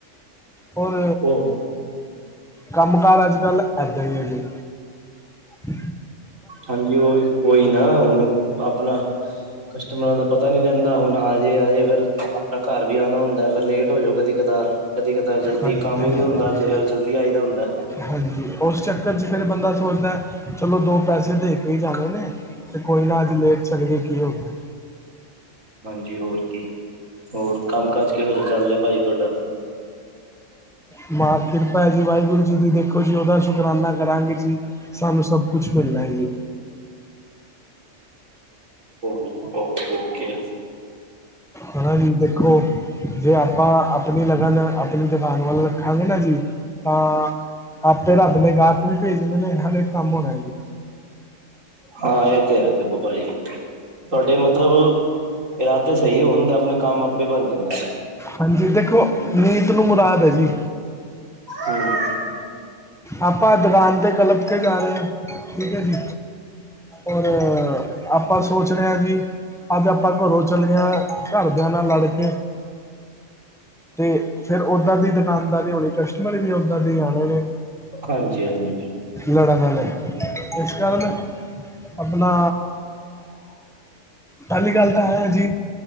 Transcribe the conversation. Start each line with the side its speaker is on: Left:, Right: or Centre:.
Centre: ਹੋਰ
Right: ਉਹ
Centre: ਕੰਮ ਕਾਰ ਅੱਜ ਕੱਲ ਏਦਾਂ ਹੀ ਹੈ ਜੀ ਹ
Right: ਹਾਂਜੀ ਉਹ ਉਹੀ ਨਾ ਹੁਣ ਆਪਣਾ ਕਸਟਮਰਾਂ ਦਾ ਪਤਾ ਨਹੀਂੀ ਰਹਿੰਦਾ ਹੁਣ ਆਜੇ ਆਜੇ ਫਿਰ ਆਪਣਾ ਘਰ ਵੀ ਆਉਣਾ ਹੁੰਦਾ ਫਿਰ ਲੇਟ ਹੋ ਜਾਓ ਕਦੇ ਕਦਾਰ ਕਦੀ ਕਤਾ ਜਲਦੀ
Centre: ਹਾਂਜੀ
Right: ਕੰਮ
Centre: ਹਾਂਜੀ
Right: ਹੀ ਨਹੀਂ ਹੁੰਦਾ ਤੇ ਫਿਰ ਜਲਦੀ ਆਈ ਦਾ ਹੁੰਦਾ
Centre: ਹਾਂਜੀ ਉਸ ਚੱਕਰ 'ਚ ਫਿਰ ਬੰਦਾ ਸੋਚਦਾ ਚਲੋ ਦੋ ਪੈਸੇ ਦੇ ਕੇ ਹੀ ਜਾਣੇ ਨੇ ਅਤੇ ਕੋਈ ਨਾ ਅੱਜ ਲੇਟ ਚਲੇ ਗਏ ਕੀ ਹੋ ਗਿਆ
Right: ਹਾਂਜੀ ਹੋਰ ਕੀ ਹੋਰ ਕੰਮ ਕਾਜ ਕਿਹੋ ਜਿਹਾ ਚੱਲ ਰਿਹਾ ਭਾਾਈ ਤੁਹਾਡਾ
Centre: ਮਾ ਕਿਰਪਾ ਹੈ ਜੀ ਵਾਹਿਗੁਰੂ ਜੀ ਦੀ ਦੇਖੋ ਜੀ ਉਹਦਾ ਸ਼ੁਕਰਾਨਾ ਕਰਾਂਗੇ ਜੀ ਸਾਨੂੰ ਸਭ ਕੁਛ ਮਿਲਣਾ ਹੈ
Right: ਹ ਓਕੇ -ਓਕੇ
Centre: ਹਨਾ ਜੀ ਦੇਖੋ ਜੇ ਆਪਾਂ ਆਪਣੀ ਲਗਨ ਆਪਣੀ ਦੁਕਾਨ ਵੱਲ ਰੱਖਾਂਗੇ ਨਾ ਜੀ ਤਾਂ ਆਪੇ ਰੱਬ ਨੇ ਗਾਹਕ ਵੀ ਭੇਜ ਦਿਨੇ ਹਰ ਇਕ ਕੰਮ ਹੋ ਜਾਣਾ ਹੈ ਜੀ
Right: ਹਾਂ ਇਹ ਤੇ ਹੈ ਦੇਖੋ ਪਾਜੀ ਤੁਹਾਡੇ ਮਤਲਬ ਇਰਾਦੇ ਸਹੀ ਹੋਣ ਤੇ ਆਪਣੇ ਕੰਮ ਆਪੇ ਬਣ ਜਾਂਦੇ
Centre: ਹਾਂਜੀ ਦੇਖੋ ਨੀਤ ਨੂੰ ਮੁਰਾਦ ਹੈ ਜੀ
Right: ਹੂੰ।
Centre: ਆਪਾਂ ਦੁਕਾਨ ਤੇ ਕੱਲ ਉਥੇ ਜਾ ਰੇ ਠੀਕ ਐ ਜੀ। ਓਰ ਆਪਾਂ। ਸੋਚ ਰਿਆ ਜੀ ਅੱਜ ਆਪਾਂ ਘਰੋਂ ਚਲੇ ਆ ਘਰਦਿਆਂ ਨਾਲ ਲੜਕੇ ਤੇ ਫਿਰ ਉੱਦਾਂ ਦੀ ਦੁਕਾਨਦਾਰ ਹੋਣੀ ਕਸਟਮਰ ਵੀ ਓਦਾਂ ਦੇ ਹੀ ਆਣੇ ਨੇ।
Right: ਹਾਂਜੀ-ਹਾਂਜੀ
Centre: ਲੜਨ ਆਲੇ ਇਸ ਕਾਰਨ ਆਪਣਾ ਪਹਿਲੀ ਗੱਲ ਤਾਂ ਐ ਜੀ